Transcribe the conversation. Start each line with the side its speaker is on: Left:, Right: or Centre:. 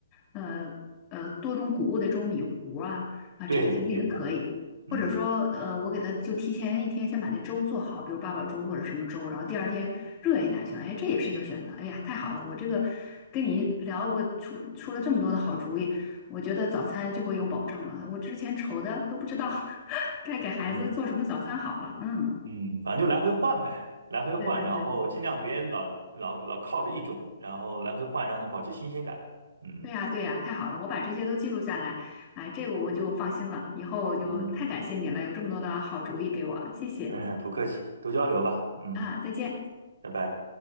Left: 呃呃，多种谷物的这种米糊啊啊，
Right: 对，
Left: 这个其实也可以，
Right: 米糊，嗯
Left: 或者说，呃，我给他就提前一天先把那粥做好，比如八宝粥或者什么粥，然后第二天热一下去，哎，这也是一个选择。哎呀，太好了，我这个跟你一聊，我出出了这么多的好主意，我觉得早餐这回有保证了，我之前愁的都不知道 <laughs> 该给孩子做什么早餐好了。
Right: 嗯
Left: 嗯，
Right: 嗯，反正就来回换呗，来回换，
Left: 对对对。
Right: 然后尽量别老老老靠着一种，然后来回换，让它保持新鲜感。嗯
Left: 对呀，对呀，太好了，我把这些都记录下来，哎，这个我就放心了，以后我就太感谢你了，
Right: 嗯，
Left: 有这么多的好主意给我，谢谢
Right: 哎，不客气，多交流吧。嗯，
Left: 啊，再见。
Right: 拜拜。